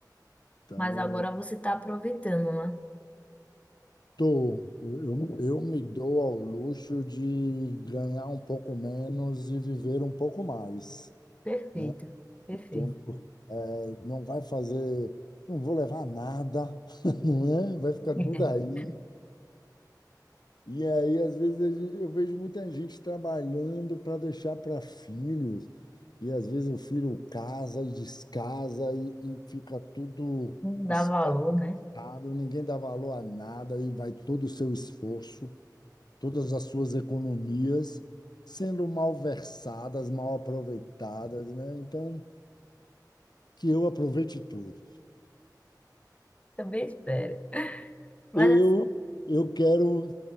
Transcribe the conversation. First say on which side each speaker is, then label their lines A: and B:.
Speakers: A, on the left; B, on the left.
A: Então,
B: Mas agora você está aproveitando, né?
A: tô, eu, eu me dou ao luxo de ganhar um pouco menos e viver um pouco mais,
B: Perfeito,
A: né?
B: perfeito.
A: Então, eh, não vai fazer, não vou levar nada, <laughs> não é? Vai ficar
B: <laughs>
A: tudo aí E aí, às vezes, a gente- eu vejo muita gente trabalhando para deixar para filhos, e às vezes o filho casa e descasa e, e fica tudo
B: Não dá
A: espetado,
B: valor, né?
A: ninguém dá valor a nada, e vai todo o seu esforço, todas as suas economias sendo malversadas, mal aproveitadas, né? Então, que eu aproveite tudo.
B: Também espera. Mas
A: Eu,
B: assim,
A: eu quero,